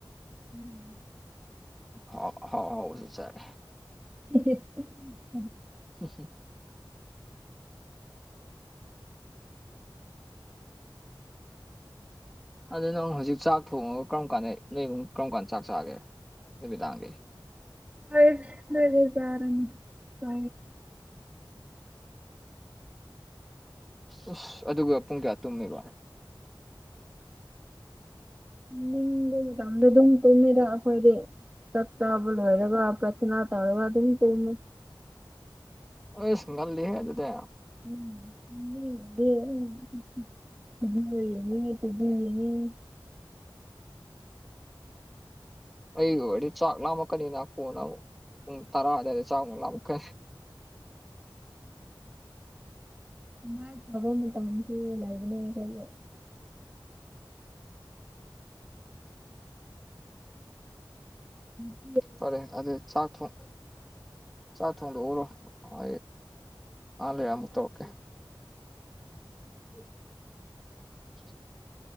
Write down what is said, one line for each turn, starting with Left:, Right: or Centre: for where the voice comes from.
Right: ꯎꯝ
Centre: ꯍꯥꯎ ꯍꯥꯎ ꯍꯥꯎ ꯁ ꯆꯔꯦ
Right: <inaudible>
Centre: ꯎ ꯁꯤ ꯑꯗꯨ ꯅꯪ ꯍꯧꯖꯤꯛ ꯆꯥꯛ ꯊꯣꯡꯉꯒ ꯀꯔꯝ ꯀꯥꯟꯗ ꯅꯣꯏꯃꯨꯡꯛ ꯀꯔꯝ ꯀꯥꯟꯗ ꯆꯥꯛ ꯆꯥꯒꯦ ꯅꯨꯃꯤ ꯇꯥꯡꯒꯦ
Right: ꯐ ꯂꯩ ꯇꯥꯔ ꯐ
Centre: ꯑꯣꯁ ꯑꯗꯨꯒ ꯄꯨꯡ ꯀꯌꯥ ꯇꯨꯝꯃꯦꯕ
Right: ꯅꯤꯡꯕ ꯃꯇꯝꯗ ꯑꯗꯨꯝ ꯇꯨꯝꯃꯤꯔ ꯑꯩꯈꯣꯏꯗꯤ ꯁꯛꯇꯥꯕꯨꯂꯔꯒ ꯄ꯭ꯔꯊꯅꯥ ꯇꯥꯧꯔꯒ ꯑꯗꯨ ꯇꯃ
Centre: ꯑꯁ ꯉꯜꯂꯤꯍꯦ ꯑꯗꯨꯗꯤ
Right: ꯎꯝꯝ ꯎꯝ ꯎꯝ ꯑ ꯄꯨꯅꯤ
Centre: ꯑꯩꯒꯤ ꯑꯣꯏꯔꯗꯤ ꯆꯥꯛ ꯂꯥꯝꯃꯛꯀꯅꯤꯅ ꯀꯣꯟꯅ ꯑꯃꯨꯛ ꯄꯨꯡ ꯇꯔꯥ ꯑꯗꯨꯋꯥꯏꯗ ꯆꯥꯛꯃꯨꯛ ꯂꯥꯝꯃꯛꯀꯅꯤ
Right: ꯃꯥꯏ ꯊꯥꯕ ꯃꯇꯝꯁꯨ ꯂꯩꯕꯅꯦ ꯀꯩ ꯎꯝ
Centre: ꯐꯔꯦ ꯑꯗꯨ ꯆꯥꯛ ꯊꯣꯡ ꯆꯥꯛ ꯊꯣꯡꯗ ꯎꯔꯣ ꯍ ꯃꯥ ꯂꯩ ꯌꯥꯝꯃꯨꯛ ꯇꯀꯦ <unintelligible>